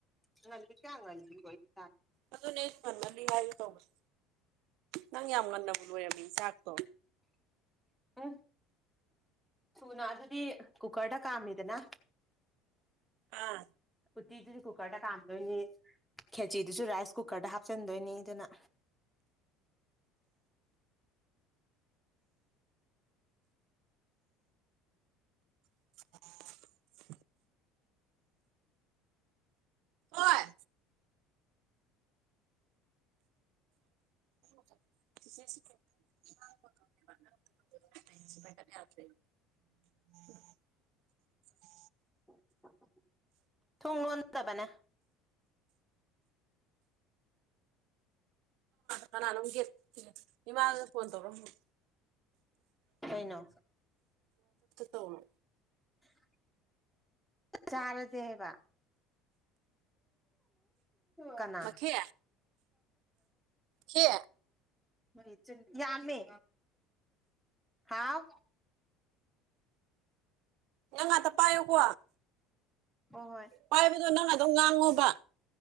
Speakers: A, in the centre; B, on the right.
A: ꯉꯜꯂꯤ ꯆꯥ ꯉꯜꯒꯤ <unintelligible>
B: ꯑꯗꯨꯅꯦ ꯑꯩꯁꯨ ꯉꯃꯜꯂꯤ ꯍꯥꯏꯒꯦ ꯇꯧꯕꯅꯦ ꯅꯪ ꯌꯥꯝ ꯉꯟꯅꯕ ꯂꯣꯏꯔꯝꯃꯤꯥ ꯆꯥꯛꯇꯣ
A: ꯎ ꯁꯨꯅ ꯑꯗꯨꯗꯤ ꯀꯨꯀꯔꯗ ꯀꯥꯝꯃꯤꯗꯅ
B: ꯑꯥ
A: ꯎꯇꯤꯗꯨꯗꯤ ꯀꯨꯀꯔꯗ ꯀꯥꯝ ꯗꯣꯏꯅꯤ ꯈꯦꯆꯤꯗꯨꯁꯨ ꯔꯥꯏꯁ ꯀꯨꯀꯔꯗ ꯍꯥꯞꯆꯤꯟꯗꯣꯏꯅꯤ ꯑꯗꯨꯅ
B: <unintelligible> ꯑꯣꯏ
A: <inaudible>
B: ꯁꯤ <unintelligible>
A: <unintelligible> ꯊꯨꯡ ꯂꯣꯟꯗꯕꯅꯦ
B: ꯀꯅꯥꯅꯣꯝ ꯒꯦꯠ ꯏꯃꯥ ꯐꯣꯟ ꯇꯧꯔꯛꯑꯝ
A: ꯀꯩꯅꯣ
B: ꯇꯧꯔꯣ
A: <unintelligible> ꯆꯥꯔꯖ ꯍꯩꯕ ꯀꯅꯥ
B: ꯃꯈꯦ
A: <unintelligible>
B: ꯈꯦ
A: <unintelligible> ꯌꯥꯝꯃꯦ ꯍꯥꯎ
B: ꯅꯡ ꯉꯥꯇ ꯄꯥꯏꯌꯨꯀꯣ
A: ꯍꯣꯏ ꯍꯣꯏ
B: ꯄꯥꯏꯕꯗꯣ ꯅꯪ ꯑꯗꯨꯝ ꯉꯥꯡꯉꯣꯕ